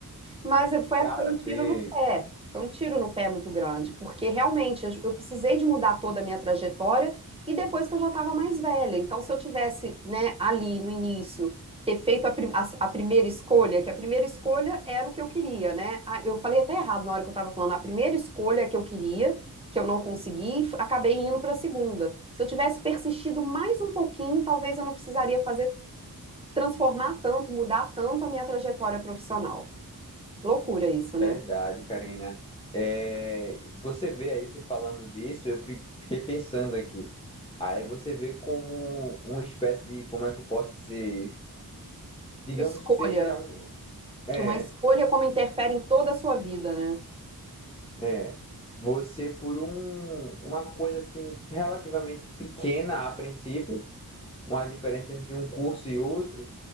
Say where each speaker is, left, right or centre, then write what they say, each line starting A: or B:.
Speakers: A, on the right; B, on the left.
A: Mas eu- foi,
B: Cara,
A: foi um
B: você
A: tiro no pé. Foi um tiro no pé muito grande, porque realmente eu eu precisei de mudar toda a minha trajetória e depois que eu já estava mais velha. Então, se eu tivesse, né, ali no início, ter feito a, pri- a- a primeira escolha, que a primeira escolha era o que eu queria, né? Ah, Eu falei até errado na hora que eu estava falando, a primeira escolha que eu queria, que eu não consegui, f- acabei indo para a segunda. Se eu tivesse persistido mais um pouquinho, talvez eu não precisaria fazer, transformar tanto, mudar tanto a minha trajetória profissional. Loucura isso, né?
B: Verdade, Karina. É, você vê aí, você falando disso, eu fico- fiquei pensando aqui. Aí você vê como uma espécie de, como é que eu posso dizer? Digamos
A: escolha.
B: que seja um, é,
A: Uma escolha como interfere em toda a sua vida, né?
B: é, você por um, uma coisa assim relativamente pequena a princípio, uma diferença entre um curso e outro,